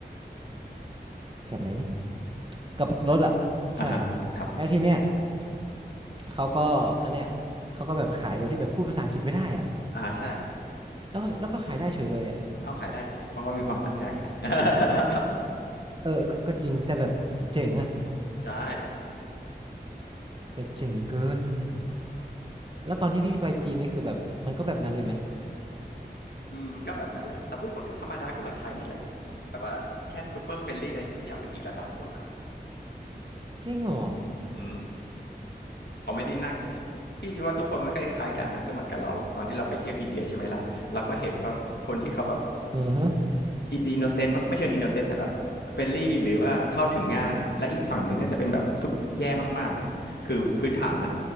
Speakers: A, on the right (about 30°); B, on the left (about 80°).
A: กับอะไรนะกับรถอะใช่
B: อ่าฮะครับ
A: แล้วทีเนี้ยเขาก็อันเนี้ยเขาก็แบบขายโดยที่แบบพูดภาษาอังกฤษไม่ได้อะ
B: อ่าใช่
A: แล้วก็แล้วก็ขายได้เฉยเลยอะ
B: เอาขายได้สิ เพราะเขามีความตั้งใจไง <laughs>
A: เออก็ก็จริงแต่แบบเจ๋งอะ
B: ใช่
A: แบบเจ๋งเกินแล้วตอนที่พี่ไปจีนนี่คือแบบมันก็แบบนั้นเลยไหม
B: อืมก็แบบนั้นแหละแต่ผู้คนก็ธรรมดาก็เหมือนไทยนี่แหละ แต่ว่าแค่ซูเปอร์เฟรนลี่ในทุกอย่างเป็นอีกระดับหมดอ่ะ
A: จริงเหรอ
B: อืม เขาไม่ได้นักพี่คิดว่าทุกคนมันก็คล้ายๆกันนะก็เหมือนกับเราตอนที่เราไปเที่ยวอินเดียใช่ไหมล่ะเราก็เห็นว่าคนที่เขาแบบ
A: เออฮะ
B: อินโนเซนต์ไม่เชิงอินโนเซนต์แต่แบบเฟรนลี่หรือว่าเข้าถึงง่ายและอีกฝั่งหนึ่งก็จะเป็นแบบซุบแย่มากๆเนี่ยคือพื้นฐานอะ